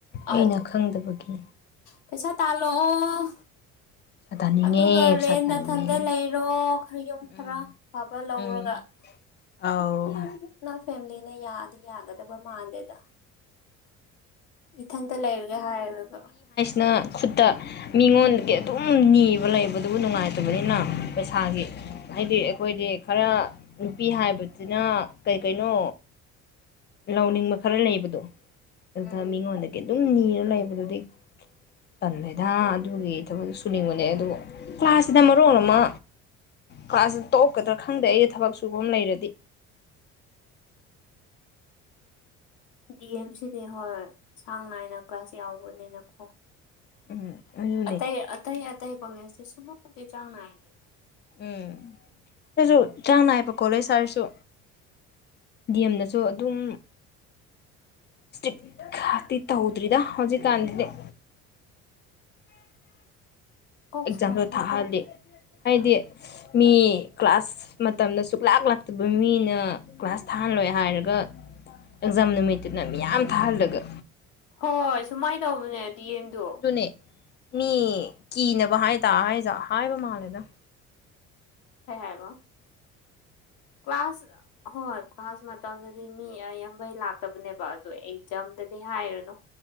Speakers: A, on the left; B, on the left.
A: ꯑꯩꯅ
B: ꯑꯗꯨ
A: ꯈꯪꯗꯕꯒꯤ
B: ꯄꯩꯁꯥ ꯇꯥꯂꯛꯑꯣ
A: ꯄꯩꯁꯥ ꯇꯥꯅꯤꯡꯉꯦ
B: ꯑꯗꯨꯒ
A: ꯄꯩꯁꯥ
B: ꯔꯦꯟ
A: ꯇꯥꯅꯤꯡꯉꯦ
B: ꯅꯊꯟꯗ ꯂꯩꯔꯣ ꯈꯔ ꯌꯨꯝ ꯈꯔ
A: ꯎꯝ
B: ꯐꯕ ꯂꯧꯔꯒ
A: ꯎꯝ ꯑꯧ
B: ꯑꯗꯨꯅꯦ ꯅ ꯐꯦꯃꯤꯂꯤꯅ ꯌꯥꯗꯤ ꯌꯥꯒꯗꯕ ꯃꯥꯟꯗꯦꯗ ꯏꯊꯟꯇ ꯂꯩꯔꯒꯦ ꯍꯥꯏꯔꯒ
A: ꯅ ꯈꯨꯠꯇ ꯃꯤꯉꯣꯟꯗꯒꯤ ꯑꯗꯨꯝ ꯅꯤꯕ ꯂꯩꯕꯗꯨꯕꯨ ꯅꯨꯡꯉꯥꯏꯇꯕꯅꯤꯅ ꯄꯩꯁꯥꯒꯤ ꯍꯥꯏꯗꯤ ꯑꯩꯈꯣꯏꯗꯤ ꯈꯔ ꯅꯨꯄꯤ ꯍꯥꯏꯕꯖꯤꯅ ꯀꯩꯀꯩꯅꯣ ꯂꯧꯅꯤꯡꯕ ꯈꯔ ꯂꯩꯕꯗꯣ ꯑꯗ
B: ꯎꯝ
A: ꯃꯤꯉꯣꯟꯗꯒꯤ ꯑꯗꯨꯝ ꯅꯤꯔ ꯂꯩꯕꯗꯨꯗꯤ ꯇꯟꯂꯦꯗꯥ ꯑꯗꯨꯒꯤ ꯊꯕꯛ ꯁꯨꯅꯤꯡꯕꯅꯦ ꯑꯗꯨꯕꯨ ꯀ꯭ꯂꯥꯁꯁꯤꯗ ꯃꯔꯣꯟ ꯑꯃ ꯀ꯭ꯂꯥꯁꯁꯤ ꯇꯣꯛꯀꯗ꯭ꯔꯥ ꯈꯪꯗꯦ ꯑꯩꯗꯤ ꯊꯕꯛ ꯁꯨꯕꯝ ꯂꯩꯔꯗꯤ
B: ꯗꯤ ꯑꯦꯝ ꯁꯤꯗꯤ ꯍꯣꯏ ꯆꯥꯡ ꯅꯥꯏꯅ ꯀ꯭ꯂꯥꯁ ꯌꯥꯎꯕꯅꯤꯅꯀꯣ
A: ꯎꯝ ꯑꯩꯖꯨ
B: ꯑꯇꯩ ꯑꯇꯩ ꯑꯇꯩ ꯀꯣꯂꯦꯖꯇꯤ ꯁꯨꯕꯝ ꯄꯦꯆꯥꯡ ꯅꯥꯏꯗꯦ
A: ꯎꯝ ꯑꯗꯣꯏꯁꯨ ꯆꯥꯡ ꯅꯥꯏꯕ ꯀꯣꯂꯦꯁ ꯍꯥꯏꯔꯁꯨ ꯗꯤ ꯑꯦꯝ ꯗꯁꯨ ꯑꯗꯨꯝ ꯇ꯭ꯔꯤꯞ ꯈꯥꯇꯤ ꯇꯧꯗ꯭ꯔꯤꯗ ꯍꯧꯖꯤꯛꯀꯥꯟꯗꯗꯤ
B: ꯀꯣꯛ
A: ꯑꯦꯛꯖꯥꯝꯗꯨ
B: ꯁꯥꯔꯦ
A: ꯊꯥꯛꯍꯜꯂꯤ
B: ꯀꯣꯛ
A: ꯍꯥꯏꯗꯤ ꯃꯤ ꯀ꯭ꯂꯥꯁ ꯃꯇꯝꯗ ꯁꯨꯛꯂꯥꯛ ꯂꯥꯛꯇꯕ ꯃꯤꯅ ꯀ꯭ꯂꯥꯁ ꯊꯥꯍꯟꯂꯣꯏ ꯍꯥꯏꯔꯒ ꯑꯦꯛꯖꯥꯝ ꯅꯨꯃꯤꯠꯇꯨꯅ ꯃꯤꯌꯥꯝ ꯊꯥꯍꯜꯂꯒ
B: ꯍꯣꯏ ꯁꯨꯃꯥꯏ ꯇꯧꯕꯅꯦ ꯗꯤ ꯑꯦꯝ ꯗꯣ
A: ꯑꯗꯨꯅꯦ ꯃꯤ ꯀꯤꯅꯕ ꯍꯥꯏꯇꯥ ꯍꯥꯏꯖꯥ ꯍꯥꯏꯕ ꯃꯥꯜꯂꯦꯗ
B: ꯀꯩ ꯍꯥꯏꯕ ꯀ꯭ꯂꯥꯁ ꯍꯣꯏ ꯀ꯭ꯂꯥꯁ ꯃꯇꯝꯗꯗꯤ ꯃꯤ ꯑꯌꯥꯝꯕꯩ ꯂꯥꯛꯇꯕꯅꯦꯕ ꯑꯗꯨ ꯑꯦꯛꯖꯥꯝꯗꯗꯤ ꯍꯥꯏꯔꯅꯨ